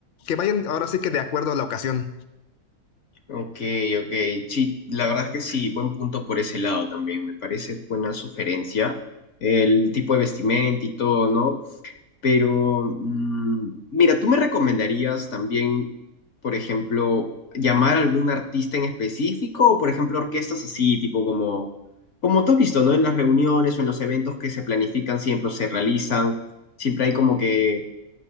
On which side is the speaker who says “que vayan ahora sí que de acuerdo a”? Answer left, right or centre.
Left